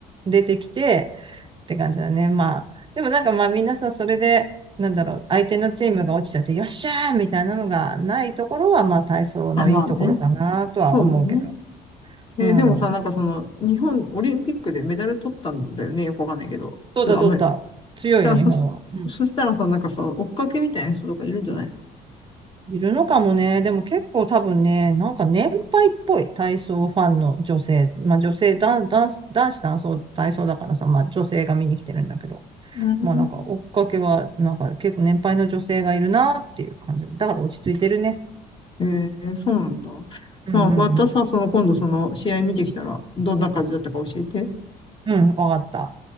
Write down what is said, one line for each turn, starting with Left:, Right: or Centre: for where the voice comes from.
Right: 出てきて、って感じだね。まあ、でもなんかまあみんなさ、それで、なんだろう、相手のチームが落ちちゃって、よっしゃーみたいなのがないところは、まあ体操のいいところかなとは思うけど。
Left: あ、まあね。そうだね。えーでもさ、
Right: うん。
Left: なんかその、日本オリンピックでメダル取ったんだよね。よくわかんないけど。
Right: どうだどうだ。
Left: ちょっとあんまり。
Right: 強いよ、
Left: だからそし、
Right: 日本は。うん。
Left: そしたらさ、なんかさ、追っかけみたいな人とかいるんじゃないの
Right: いるのかもね。でも結構多分ね、なんか年配っぽい体操ファンの女性。まあ女性、男、男子、男子体操、体操だからさ、まあ女性が見に来てるんだけど。
Left: うん。
Right: まあなんか追っかけは、なんか結構年配の女性がいるなっていう感じ。だから落ち着いてるね。
Left: えー、そうなんだ。
Right: うんうんうん。
Left: まあ、またさ、その今度その試合見てきたら、どんな感じだったか教えて。
Right: うん、わかった。